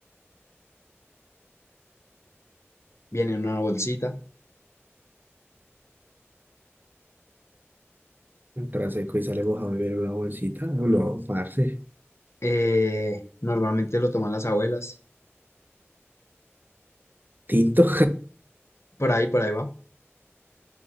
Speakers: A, on the left (about 70°); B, on the right (about 45°).
A: Viene en una bolsita.
B: Entra seco y sale mojado y viene una bolsita. No, parce.
A: eh, normalmente lo toman las abuelas.
B: Tinto.
A: Por ahí, por ahí va.